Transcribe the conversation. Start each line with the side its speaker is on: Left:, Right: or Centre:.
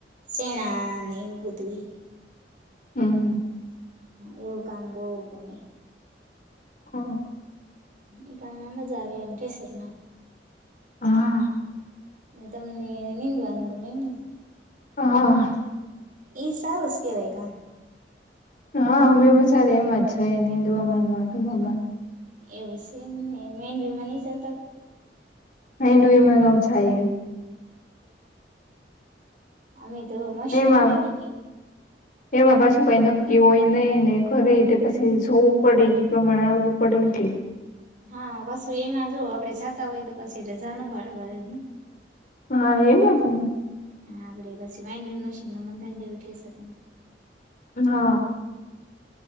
Right: સેણા ને એવું બધું
Left: હમ્મ.
Right: એવું કામ બો ગમે.
Left: હમ્મ.
Right: એ ગામ માં મજા આવી આમ ઠેસર માં
Left: હા.
Right: ને તમને નીંદવાનું ગમે એમને?
Left: હા.
Right: એઈએ સારુ જ કેહવાય કા.
Left: હા, મેમ સર એમ મજા નિંદુ મમ્ને વાટું મ્
Right: એવું છેમ ને મેનવીમાં નઈ જતા હો.
Left: હેન્ડવિમાં ન જઈએ.
Right: અમે તો <unintelligible>
Left: એમાં
Right: આવે નહી.
Left: એમાં પાછું કઈ નક્કી હોય નઈ ને ઘરે તે પછી જોવું પડે એ પ્રમાણે હાલવું પડે એટલે.
Right: હા પછું એમાં જો આપડે જાતા હોય તો પછી રજા ન પાડવાય ને.
Left: હા, એમજ ને.
Right: હા, આપડે પછી વાડ મશીનમાં બંધણવું એવું કેહસે.
Left: હા.